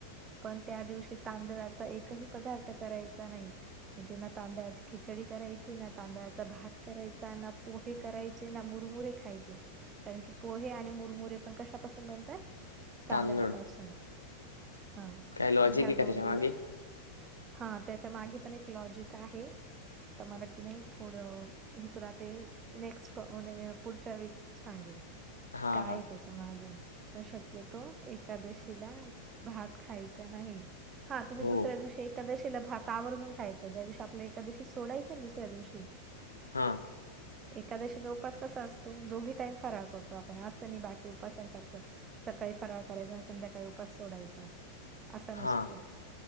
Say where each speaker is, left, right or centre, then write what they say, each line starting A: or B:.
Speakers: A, on the right; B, on the left.
A: पण त्या दिवशी तांदळाचा एकही पदार्थ करायचा नाही. म्हणजे ना तांदळाची खिचडी करायची ना तांदळाचा भात करायचा ना पोहे कराय मुरमुरे खायचे कारण की पोहे आणि मुरमुरे पण कशापासून बनतात? तांदळापासून
B: तांदूळ
A: हा
B: काय लॉजिक
A: तर ह्या
B: आहे का
A: दोन
B: त्याच्या मागे
A: गो हा त्याच्या मागे पण एक लॉजिक आहे. तर मला की नाही थोडं मी तुला ते नेक्स्ट म्ह पुढच्या व सांगेल
B: हां
A: काय
B: हां
A: आहे त्याच्या मागे पण शक्यतो एकादशीला भात खायचा नाही. हा तुम्ही
B: हो
A: दुसऱ्या दिवशी एकादशीला भात आवर्जून खायच ज्या दिवशी आपल्या एका दिवशी सोडायची दुसऱ्या दिवशी
B: हां..
A: एकादशीचा उपास कसा असतो दोघी टाईम फराळ करतो आपण असं नाही बाकी उपसांसारखं सकाळी फराळ करायचाऊन संध्याकाळी उपास सोडायचा. असा
B: हां
A: नसतो